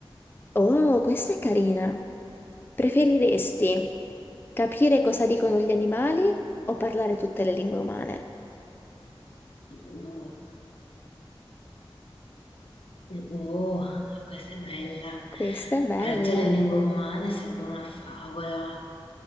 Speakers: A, on the left; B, on the left.
A: Oh, questa è carina. Preferiresti capire cosa dicono gli animali o parlare tutte le lingue umane?
B: Oh, oh, oh, oh, questa è bella.
A: Questa è bella.
B: Parte delle lingue umane sarebbe una favola,